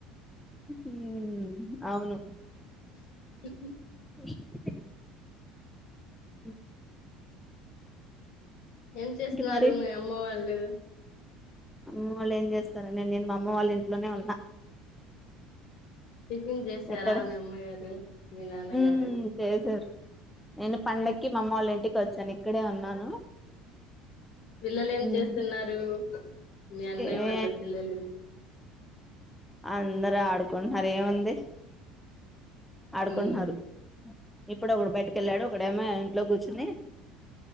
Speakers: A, in the centre; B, on the left (about 50°).
A: ఉమ్ అవును
B: <inaudible>
A: నిక్లే ఉ
B: ఏం చేస్తున్నారు
A: మరి
B: మీ అమ్మ వాళ్ళు
A: అమ్మ వాళ్ళు ఏం చేస్తారండి నేను మా అమ్మ వాళ్ళ ఇంట్లోనే ఉన్నా
B: టిఫిన్ చేసారా
A: ఇక్కడ
B: మీ అమ్మగారు మీ నాన్నగారు
A: ఉమ్ చేసారు నేను పండక్కి మామ్మలింటికి వచ్చాను ఇక్కడే ఉన్నాను
B: పిల్లలు ఏం
A: ఉమ్
B: చేస్తున్నారు మీ అన్నయ
A: ఏ
B: వాళ్ళ పిల్లలు
A: అందరుూ ఆడుకుంటున్నారు ఏముంది ఆడుకుంటున్నారు
B: ఉమ్
A: ఇప్పుడే ఒకడు బయటేకెళ్లాడు ఒకడేమో ఇంట్లో కూర్చుని